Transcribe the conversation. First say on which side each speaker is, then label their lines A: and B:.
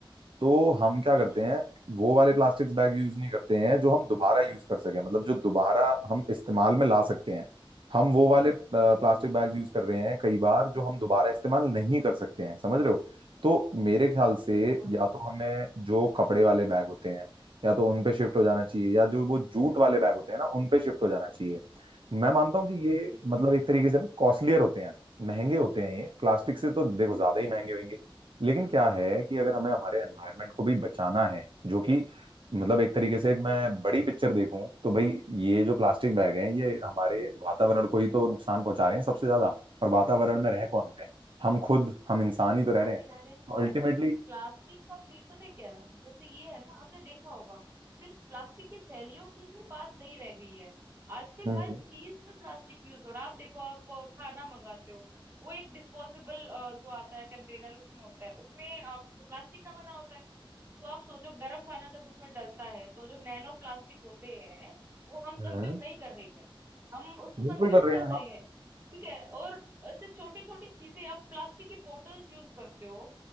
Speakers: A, on the right; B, on the right.
A: तो हम क्या
B: हम्म,
A: करते
B: हम्म।
A: हैं वो वाले प्लास्टिक बैग यूज नहीं करते हैं जो हम दोबारा यूज कर सके मतलब जो दोबारा हम इस्तेमाल में ला सकते हैं हम वो वाले प्लास्टिक
B: हम्म
A: बैग यूज कर रहे हैं कई बार जो हम दोबारा इस्तेमाल नहीं कर सकते हैं समझ रहे हो तो मेरे ख्याल से
B: बिल्कुल
A: या तो हमें जो कपड़े वाले बैग होते हैं या तो उन पे शिफ्ट हो जाना चाहिए या जो वो जूट वाले बैग होते हैं ना उन पे शिफ्ट हो जाना चाहिए मैं मानता हूँ कि ये
B: बिल्कुल
A: मतलब एक तरीके से कॉस्टलियर होते हैं महंगे होते हैं ये प्लास्टिक से तो देखो ज्यादा ही महंगे होंगे लेकिन क्या है कि अगर हमें हमारे एनवायरनमेंट को भी बचाना है जो कि मतलब एक तरीके से एक मैं बड़ी पिक्चर देखूं तो भाई ये जो प्लास्टिक बैग हैं ये हमारे वातावरण को ही तो नुकसान पहुंचा रहे हैं सबसे ज्यादा और वातावरण में रह कौन रहे हम खुद हम इंसान ही तो रह
B: हाँ
A: रहे हैं
B: भी रह रहे हैं
A: तो
B: और
A: अल्टीमेटली
B: प्लास्टिक का सीन पता है क्या है जैसे ये है ना आपने देखा होगा सिर्फ प्लास्टिक की थैलियों की ही बात नहीं रह गई है आजकल
A: हम्म
B: हर चीज में प्लास्टिक यूज हो रहा है आप देखो आप अ, खाना मंगाते हो वो एक डिस्पोजेबल जो आता है कंटेनर उसमें होता है उसमें प्लास्टिक का बना होता है तो आप सोचो गर्म खाना जब उसमें डलता है तो जो नैनो प्लास्टिक होते हैं वो हम
A: हम्म
B: कंज्यूम नहीं कर रहे क्या हम उसको
A: बिल्कुल
B: कंज्यूम
A: कर रहे
B: कर
A: हैं
B: रहे
A: हम
B: हैं ठीक है और ऐसे छोटी छोटी चीजें आप प्लास्टिक की बोटल्स यूज करते हो